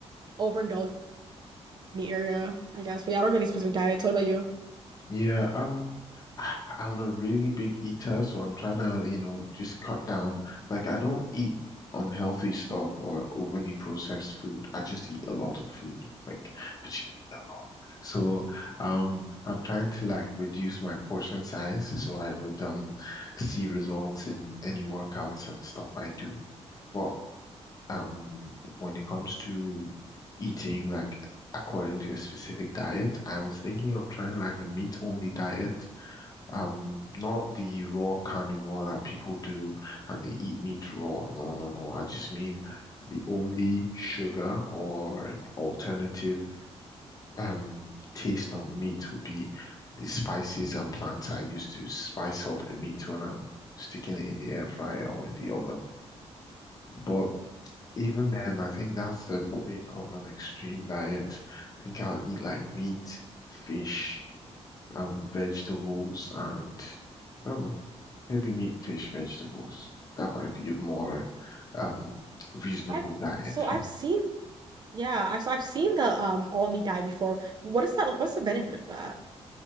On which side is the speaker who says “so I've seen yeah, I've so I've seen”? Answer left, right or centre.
Right